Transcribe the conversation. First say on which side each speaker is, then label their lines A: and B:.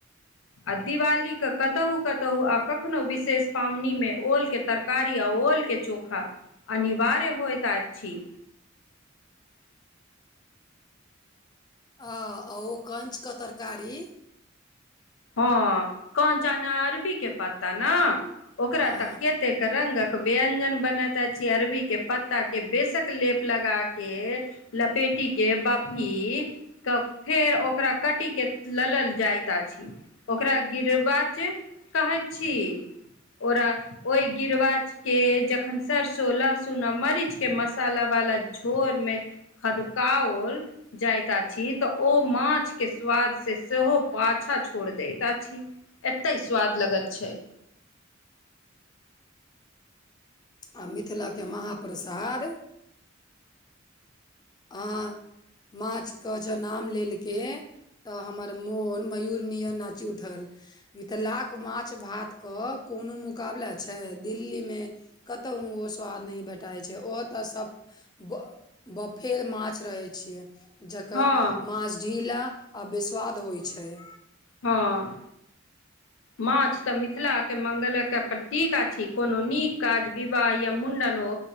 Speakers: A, on the left (about 75°); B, on the left (about 20°).
A: आ दिवालीके कतहु-कतहु आ कखनो विशेष पावनीमे ओलके तरकारी अ ओल के चोखा अनिवार्य होइत आछि।
B: आ ओ कंच क तरकारी
A: हँ कंचा न अरबीके पत्ता न। ओकरा
B: हँ
A: त केतेक रंगक व्यंजन बनत अछी अरबी के पत्ता के बेसक लेप लगा के लपेटी के बपी त फेर ओकरा कटी के ललल जायत आछि। ओकरा गिरवाच कहै छी ओरा ओहि गिरवाच के जखन सरसो लहसुन आ मरीचके मसाला वाला झोरमे खदकाओल जाइत आछी त ओ माछके स्वाद से सेहो पाछा छो छोड़ देत आछी एते स्वाद लगत छैय।
B: आ मिथिलाके महाप्रसाद अहाँ माछके ज नाम लेलके त हमर मोन मयूर नियन नाचि उठल। मिथिलाक माछ भात क कोनो मुकाबला छैय दिल्लीमे कतहु ओ स्वाद नहि भेटाइ छैय ओहो त सभ ब बप फेर माछ रहै छियै जकर
A: हँ
B: माछ ढीला आ वेस्वाद होइ छैय।
A: हँ। माछ त मिथिलाके मंगल काजके प्रतीक आछि कोनो नीक काज विवाह या मुण्डन हो